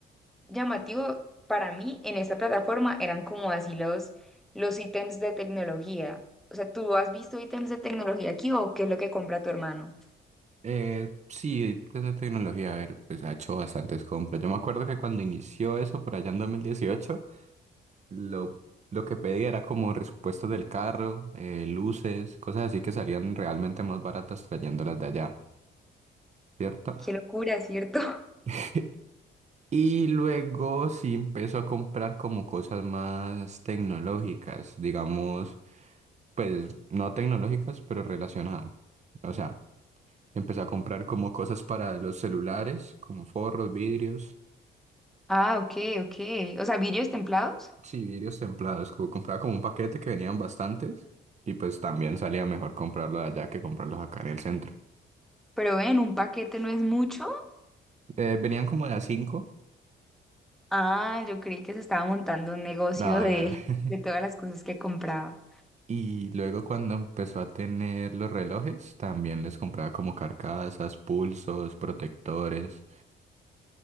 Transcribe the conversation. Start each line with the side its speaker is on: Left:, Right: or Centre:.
Centre: llamativo para mí en esta plataforma eran como así los, los ítems de tecnología. O sea, ¿tú has visto ítems de tecnología aquí o qué es lo que compra tu hermano?
Right: Eh, sí, desde tecnología, a ver, pues ha hecho bastantes compras. Yo me acuerdo que cuando inició eso, por allá en 2018 Lo, lo que pedía era como respuestas del carro, eh, luces, cosas así que salían realmente más baratas trayéndolas de allá, ¿cierto?
Centre: Qué locura, ¿cierto? <laughs>
Right: <laughs> Y luego sí empezó a comprar como cosas más tecnológicas, digamos, pues no tecnológicas, pero relacionadas. O sea, empezó a comprar como cosas para los celulares, como forros, vidrios,
Centre: Ah, ok, ok. O sea, vidrios templados.
Right: sí, vidrios templados, como compraba como un paquete que venían bastantes y pues también salía mejor comprarlo allá que comprarlos acá en el centro.
Centre: Pero ven, un paquete no es mucho.
Right: Eh, venían como de a 5.
Centre: Ah, yo creí que se estaba montando un negocio
Right: No,
Centre: de,
Right: no. <laughs> no.
Centre: de todas las cosas que compraba.
Right: Y luego cuando empezó a tener los relojes, también les compraba como carcasas, pulsos, protectores.